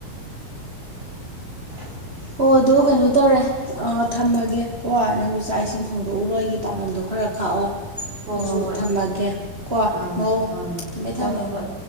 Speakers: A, on the right (about 70°); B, on the right (about 25°).
A: <inaudible>
B: ꯑꯣ ꯑꯗꯣ ꯀꯩꯅꯣ ꯇꯧꯔꯦ ꯑꯥ ꯊꯝꯃꯒꯦ ꯀꯣ ꯅꯪꯁꯨ ꯆꯥꯛ ꯏꯁꯤꯡ ꯊꯣꯡꯗꯣꯛꯎꯔꯣ ꯑꯩꯒꯤ ꯄꯥꯛꯅꯝꯗꯣ ꯈꯔ ꯈꯥꯛꯑꯣ
A: ꯍꯣꯏ
B: ꯑꯩꯁꯨ
A: ꯍꯣꯏ ꯍꯣꯏ
B: ꯊꯝꯃꯒꯦ ꯀꯣ
A: ꯑꯥ
B: ꯃꯡ
A: ꯑꯥ
B: ꯊꯝꯃꯦ
A: ꯍꯣꯏ
B: ꯊꯝꯃꯦ
A: ꯍꯣꯏ ꯍꯣꯏ